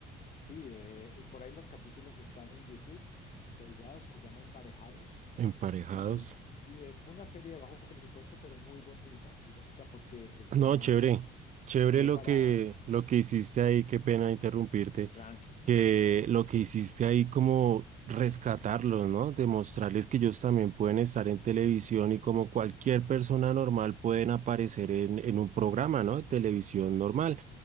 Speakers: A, on the left; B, on the right.
A: Sí, eh, eh, por ahí los capítulos están en YouTube, colgados, se llama Emparejados.
B: emparejados.
A: Y, y, eh, fue una serie de bajo presupuesto, pero muy bonita, muy bonita porque el
B: No,
A: tema
B: chévere, chévere
A: dio
B: lo
A: para
B: que, lo que hiciste ahí, qué pena interrumpirte,
A: tranqui.
B: que lo que hiciste ahí como rescatarlos, ¿no? Demostrarles que ellos también pueden estar en televisión y como cualquier persona normal pueden aparecer en, en un programa, ¿no? de Televisión normal.